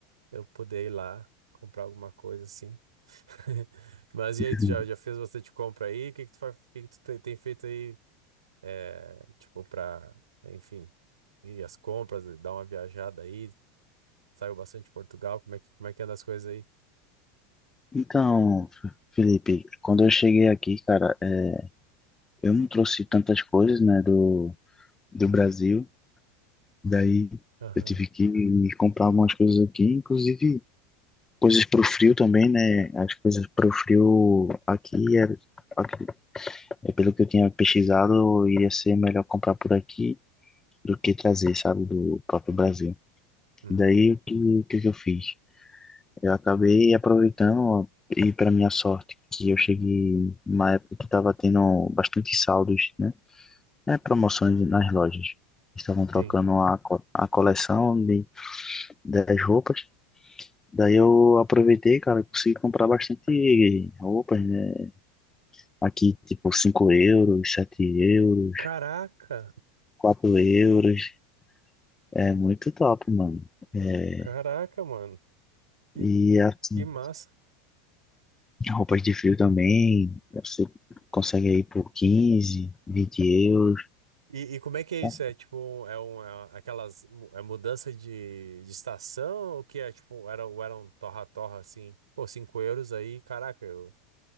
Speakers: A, on the right; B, on the left.
A: eu poder ir lá comprar alguma coisa assim. <laughs> Mas e
B: Uhum.
A: aí, tu já, já fez bastante compra aí? O que que tu, fa- o que que tu te- tem feito aí, é, tipo, pra, enfim, ir as compras, dar uma viajada aí? Saiu bastante de Portugal, como é que, como é que anda as coisas aí?
B: Então, F- Felipe, quando eu cheguei aqui, cara, é, eu não trouxe tantas coisas, né, do, do Brasil. Daí
A: Aham.
B: eu tive que comprar algumas coisas aqui, inclusive coisas pro frio também, né? As coisas pro frio aqui, é, aqui- é pelo que eu tinha pesquisado, iria ser melhor comprar por aqui do que trazer, sabe, do próprio Brasil.
A: Uhum.
B: Daí o que, o que que eu fiz? Eu acabei aproveitando ó, e para minha sorte que eu cheguei numa época que estava tendo bastante saldos, né? É, promoções nas lojas. Estavam trocando
A: Sim.
B: a, co- a coleção de, das roupas. Daí eu aproveitei, cara, consegui comprar bastante roupas, né? Aqui, tipo, 5 euros, 7 euros,
A: Caraca,
B: 4 euros. É muito top, mano. É,
A: caraca, mano. Que,
B: e assim,
A: que massa.
B: Roupas de frio também, você consegue aí por 15, vinte euros.
A: E, e como é que é isso?
B: né?
A: É tipo, é uma, aquelas, mu- é mudança de, de estação? O que é tipo, era, ou era um torra-torra assim? Pô, 5 euros aí, caraca, eu,